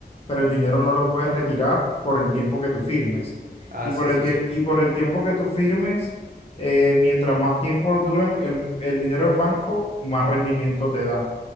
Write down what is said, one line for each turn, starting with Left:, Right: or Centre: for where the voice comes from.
Left: pero el dinero no lo puedes retirar por el tiempo que tú firmes.
Right: Ah,
Left: Y
Right: sí,
Left: por el
Right: sí, es
Left: tiempo,
Right: cierto.
Left: y por el tiempo que tú firmes, eh, mientras más tiempo duran el, el dinero del banco, más rendimiento te da.